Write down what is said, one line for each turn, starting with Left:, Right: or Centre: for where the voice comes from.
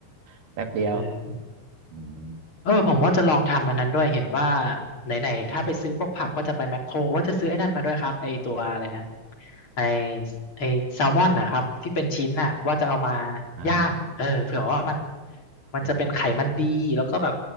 Right: <laughs> แป๊บเดียว
Left: เออ
Right: อืม
Left: เออผมว่าจะลองทำอันนั้นด้วยเห็นว่าไหนๆถ้าไปซื้อพวกผักก็จะไปแมคโครว่าจะซื้อไอ้นั่นมาด้วยครับไอ้ตัวอะไรนะไอ้ไอ้แซลมอนนะครับที่เป็นชิ้นน่ะว่าจะเอามา
Right: อ่า
Left: ย่างเออเผื่อว่ามันมันจะเป็นไขมันดีแล้วก็แบบ
Right: ดีดี